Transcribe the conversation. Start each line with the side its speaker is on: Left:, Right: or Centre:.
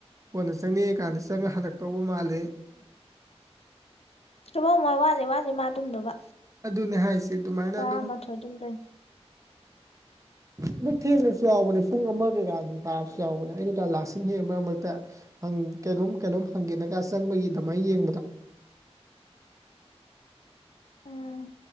Right: ꯀꯣꯟꯅ ꯆꯪꯅꯤꯡꯉꯀꯥꯟꯗ ꯆꯪꯉ ꯍꯜꯂꯛꯇꯧꯕ ꯃꯥꯜꯂꯦ
Left: ꯇꯨꯝꯃꯝꯃꯣꯏ ꯋꯥꯠꯂꯤ ꯋꯥꯠꯂꯤ ꯃꯥ ꯇꯨꯝꯗꯕ
Right: ꯑꯗꯨꯅꯦ ꯍꯥꯏꯁꯦ ꯑꯗꯨꯃꯥꯏꯅ
Left: ꯇꯔꯥꯃꯥꯊꯣꯏ
Right: ꯑꯗꯨꯝ
Left: ꯇꯨꯝꯗꯣꯏꯅꯤ <inaudible>
Right: ꯑꯗꯨꯝ ꯊꯦꯡꯅꯁꯨ ꯌꯥꯎꯕꯅꯦ ꯄꯨꯡ ꯑꯃ ꯀꯩꯀꯥ ꯑꯗꯨꯝ ꯇꯥꯕꯁꯨ ꯌꯥꯎꯕꯅꯦ ꯑꯩꯅ ꯀ ꯂꯥꯁꯤꯟ ꯍꯦꯛ ꯃꯔꯛ ꯃꯔꯛꯇ ꯪ ꯀꯩꯅꯣꯝ ꯀꯩꯅꯣꯝ ꯍꯪꯒꯦꯅꯒ ꯆꯪꯕꯒꯤ ꯑꯗꯨꯃꯥꯏꯅ ꯌꯦꯡꯕꯗꯣ
Left: ꯎꯝ